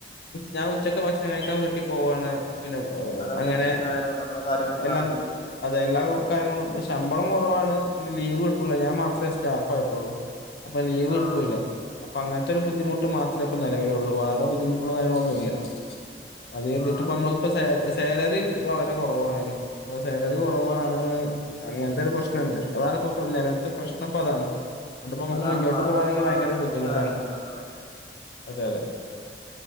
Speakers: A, on the left; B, on the left.
A: ഞാൻ ഉച്ചക്ക് ഭക്ഷണം കഴിക്കാൻ വീട്ടിൽ പോവാണ് പിന്നെ
B: അതൊക്കെ
A: അങ്ങനെ
B: ഒരു സുഖമായതുകൊണ്ട് നമ്മളെ കാര്യങ്ങളൊക്കെ
A: എല്ലാം
B: നടക്കുകയും ചെയ്യും
A: അതെ എല്ലാ കാര്യങ്ങളും ശമ്പളം കുറവാണ് പിന്നെ ലീവ് കിട്ടൂല ഞാൻ മാത്രമേ സ്റ്റാഫ് ആയിട്ടുള്ളൂ അപ്പൊ ലീവ് കിട്ടൂല
B: ആ
A: അപ്പൊ അങ്ങനത്തെ ഒരു
B: ഉം
A: ബുദ്ധിമുട്ട്
B: ഉം
A: മാത്രം നിലവിലുള്ളു വേറെ ബുദ്ധിമുട്ടുള്ളും കാര്യങ്ങളും ഒന്നുല അതിട്ട്
B: ആ
A: ഇപ്പോ നമ്മൾ ഇപ്പൊ സ സാലറി വളരെ കുറവണേനു സാലറി കുറവാണ് അങ്ങനത്തെ ഒരു പ്രശ്നണ്ട് അതണ് ഇപ്പോ നിലവിൽത്തെ പ്രശ്നം ഇപ്പോ അതാണ് അപ്പൊ നമുക്ക്
B: അതാണ്
A: മുന്നോട്ട്
B: മാറ
A: പോവാണെങ്കിൽ
B: മാറലിനെ
A: ഭയങ്കര ബുദ്ധിമുട്ടാണ്
B: കുറിച്ച് ആലോചിക്കുന്നതാണ്
A: അതെതെ